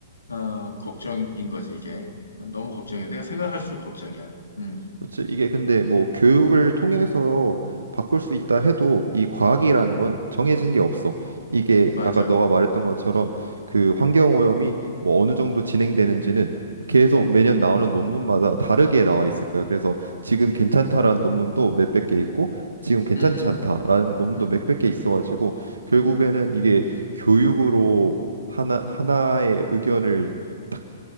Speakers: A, on the left; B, on the right.
A: 어, 걱정인 거지 이게. 너무 걱정이야. 내가 생각할수록 걱정이야. 음,
B: 그렇지. 이게 근데 뭐 교육을 통해서 바꿀 수 있다 해도 이 과학이라는 건 정해진 게 없어. 이게
A: 맞아.
B: 아까 너가 말했던 것처럼 그 환경오염이 뭐 어느 정도 진행되는지는 계속 매년 나오는 논문마다 다르게 나와 있을 거야. 그래서 지금 괜찮다라는 논문도 몇백 개 있고 지금 괜찮지
A: 음,
B: 않다라는 논문도
A: 음,
B: 몇백 개 있어가지고 결국에는
A: 음.
B: 이게 교육으로 하나 하나의 의견을 딱